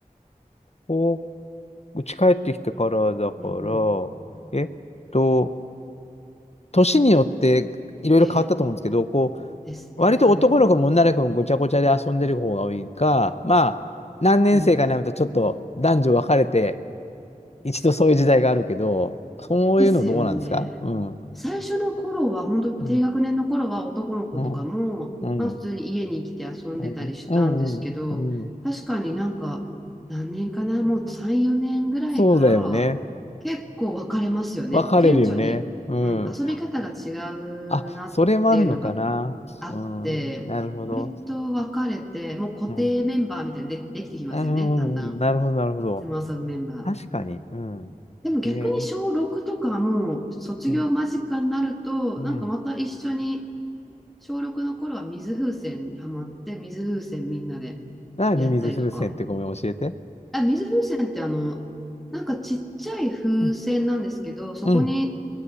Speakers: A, on the left; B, in the centre.
A: こう、うち帰ってきてからだから、
B: うんうん。
A: えっと、年によっていろいろ変わったと思うんですけど、
B: ええ。
A: こ
B: ですね。
A: う、割と男の子も女の子もごちゃごちゃで遊んでる方が多いか、まあ、何年生かになるとちょっと男女分かれて、
B: うん。うん
A: 一度そういう時代があるけど、そういうのどうなんですかうん。
B: ですよね。最初の頃は、本当低学年の頃は男の子とかも、
A: うん。うん。うん。
B: まあ普通に家に来て遊んでたりしたんですけど、
A: うん。うん。うんうん
B: 確かになんか、何年かな、もう3、4年ぐらいからは、
A: そうだよね。
B: 結構分かれますよね。
A: 分かれるよね。
B: もう顕著に、
A: うん。
B: うん、遊び方が違うなっていうのが
A: あ、それもあるのかな。
B: あって、
A: うん。なるほど。
B: 割と分かれて、もう固定メンバーみたいにで、
A: うん。
B: できてきますよね、
A: うん。
B: だんだん。
A: うんなるほど、なるほど。
B: いつも遊ぶメンバー。
A: 確かに。うん。
B: でも逆に小6とかはもう卒業間近になると、
A: えー、うん。うん。
B: なんかまた一緒に、小6の頃は水風船にハマって、水風船みんなで
A: 何、
B: やったりとか。
A: 水風船ってごめん、教えて。
B: あ、水風船ってあの、なんかちっちゃい風船なんですけど、
A: うん。
B: そこに
A: うん。